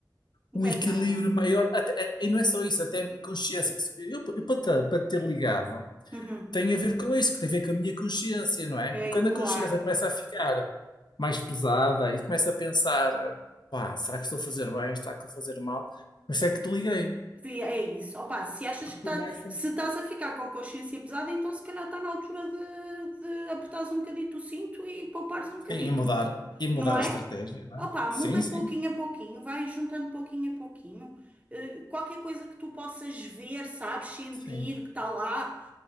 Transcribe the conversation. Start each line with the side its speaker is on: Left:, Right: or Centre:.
Right: um
Left: um
Right: pé
Left: equilíbrio
Right: de meia.
Left: maior, até- é, e não é só isso, até consciência. Eu, eu para te, para te ter ligado,
Right: Uhum.
Left: tem a ver com isso, que tem a ver com a minha consciência, não é?
Right: É,
Left: E quando a
Right: claro,
Left: consciência começa a ficar mais pesada e começa a pensar, pá, será que estou a fazer bem, será que estou a fazer mal? Por isso é que te liguei.
Right: Sim, é isso. Opa, se achas que
Left: Começa.
Right: tá, se estás a ficar com a consciência pesada, então se calhar está na altura de, de apertares um bocadito o cinto e poupares um bocadito,
Left: Sim, e mudar, e mudar
Right: não é?
Left: a estratégia, não
Right: Opa,
Left: é? Sim,
Right: muda
Left: sim,
Right: pouquinho a pouquinho, vai juntando pouquinho a pouquinho. Eh, qualquer coisa que tu possas ver, sabes, sentir
Left: sim,
Right: que está lá.